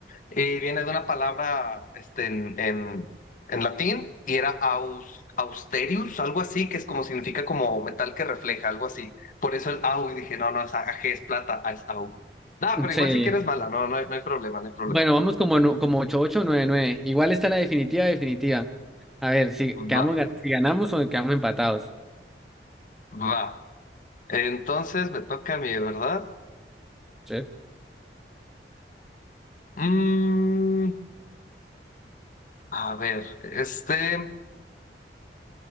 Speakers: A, on the left (about 45°); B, in the centre.
A: y viene de una palabra, este, en, en, en latín, y era aus, austerius, algo así, que es como significa como metal que refleja, algo así. Por eso el au, y dije, no, no, es AG, es plata, ah, es au. Ah, pero
B: Sí.
A: igual si quieres mala, no, no, hay- no hay problema, no hay problema.
B: Bueno, vamos como, no- como ocho ocho nueve nueve. Igual está la definitiva, definitiva. A ver, si, quedamos,
A: Va,
B: ga- si ganamos o quedamos empatados.
A: va. Entonces me toca a mí, ¿verdad?
B: Sí. <laughs>
A: Mm, a ver, este.